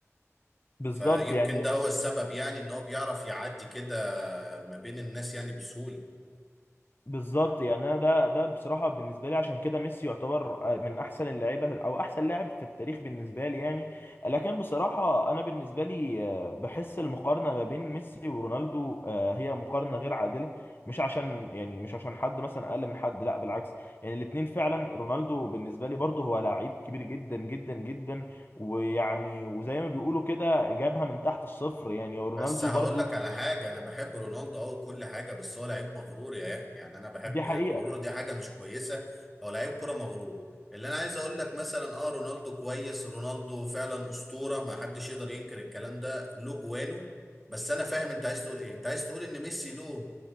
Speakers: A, on the left; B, in the centre.
A: بالظبط
B: فيمكن
A: يعني
B: ده هو السبب يعني ان هو بيعرف يعدي كده ما بين الناس يعني بسهولة
A: بالظبط يعني انا ده ده بصراحه بالنسبه لي عشان كده ميسي يعتبر من احسن اللعيبه او احسن لاعب في التاريخ بالنسبه لي يعني لكن بصراحه انا بالنسبه لي آه، بحس المقارنه ما بين ميسي ورونالدو آه، هي مقارنه غير عادله مش عشان يعني مش عشان حد مثلا اقل من حد لا بالعكس يعني الاثنين فعلا رونالدو بالنسبه لي برضه هو لعيب كبير جدا جدا جدا ويعني وزي ما بيقولوا كده جابها من تحت الصفر يعني رونالدو
B: بس هقول
A: برضه
B: لك على حاجة أنا بحب رونالدو أو كل حاجة بس هو لعيب مغرور يا يحيى يعني أنا بحب
A: دي حقيقه
B: يعني الغرور دي حاجة مش كويسة هو لعيب كرة مغرور اللي أنا عايز أقول لك مثلا أه رونالدو كويس رونالدو فعلا أسطورة ما حدش يقدر ينكر الكلام ده له جوانه بس أنا فاهم أنت عايز تقول إيه أنت عايز تقول إن ميسي له